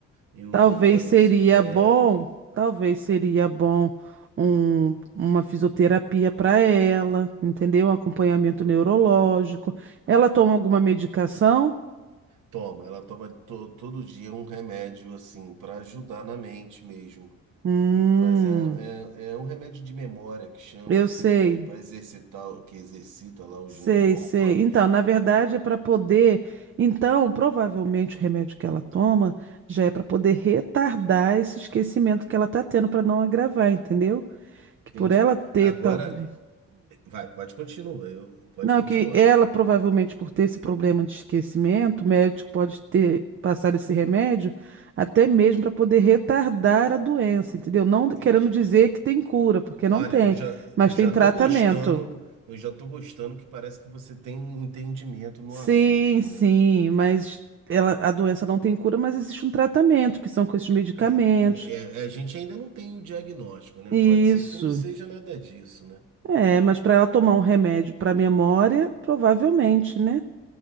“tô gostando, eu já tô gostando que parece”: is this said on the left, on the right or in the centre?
Right